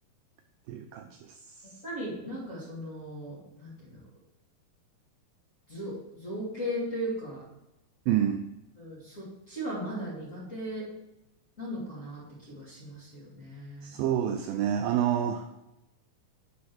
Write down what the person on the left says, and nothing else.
やっぱりなんかその、なんて言うんだろう、造、造形というか、
うん、そっちはまだ苦手なのかなって気がしますよね。